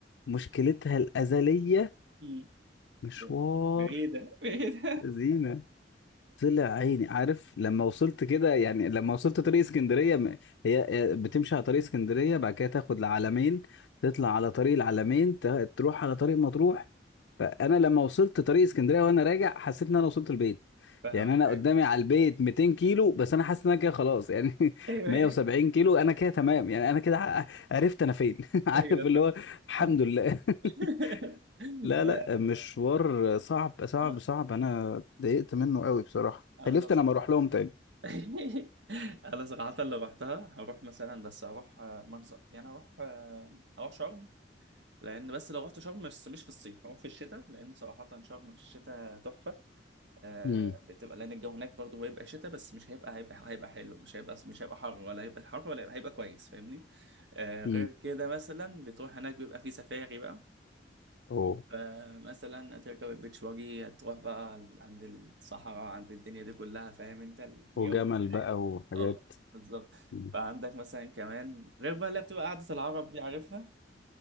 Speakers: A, on the left; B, on the right.
A: مشكلتها الأزلية
B: أمم.
A: مشوار
B: ب- بعيده بعيده
A: زينة طلع عيني عارف لما وصلت كده يعني لما وصلت طريق اسكندريه م- هي هي بتمشي على طريق اسكندريه بعد كده تاخد العلمين تطلع على طريق العلمين ت- تروح على طريق مطروح فانا لما وصلت طريق اسكندريه وانا راجع حسيت ان انا وصلت البيت
B: <laughs> فاهمك
A: يعني انا
B: ايوه
A: قدامي على البيت 200 كيلو بس انا حاسس ان انا كده خلاص يعني <laughs>
B: ايوه
A: 170 كيلو انا كده تمام يعني انا كده ع- عرفت انا فين <laughs> عارف
B: ايوه
A: اللي
B: فاهم.
A: هو الحمد لله
B: <laughs>
A: <laughs> لا لا
B: آه،
A: مشوار صعب صعب
B: انا
A: صعب انا اتضايقت منه قوي بصراحة
B: انا
A: حلفت
B: لص
A: انا ما اروح لهم تاني
B: <laughs> انا صراحه اللي رحتها هروح مثلا بس هروح آه، مرسى يعني هروح آه، هروح شرم لان بس لو رحت شرم بس مش في الصيف هروح في الشتاء لان صراحه شرم في الشتاء تحفه آه
A: امم
B: بتبقى لان الجو هناك برضه هيبقى شتاء بس مش هيبقى هيبقى هيبقى حلو مش هيبقى مش هيبقى حر ولا هيبقى حر ولا هيبقى, هيبقى كويس فاهمني آه غير
A: امم
B: كده مثلا بتروح هناك بيبقى في سفاري بقى
A: اوه
B: فمثلا هتركب البيتش باجي هتروح بقى عند الصحراء عند الدنيا دي كلها فاهم انت الجو
A: وجمل
B: في الحقيقة.
A: بقى وحاجات
B: اه بالظبط
A: مم.
B: فعندك مثلا كمان غير بقى اللي بتبقى قعدة العرب دي عارفها